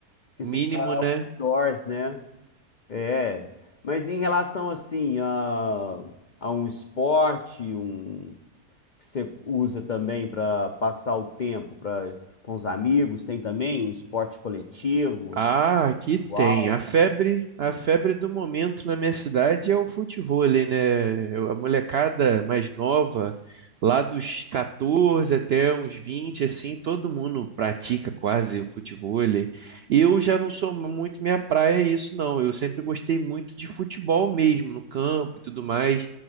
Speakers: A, on the left; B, on the right.
A: Porque
B: Mínimo,
A: você tá
B: né?
A: outdoors, né? É. Mas em relação, assim, a, a um esporte, um que você usa também para passar o tempo, para com os amigos, tem também um esporte coletivo.
B: Ah, aqui
A: Uau.
B: tem. A febre, a febre do momento na minha cidade é o futevôlei, né? Eu- A molecada mais nova, lá dos 14 até uns 20, assim, todo mundo pratica quase o futevôlei. Eu já não sou muito minha praia isso, não. Eu sempre gostei muito de futebol mesmo, no campo e tudo mais.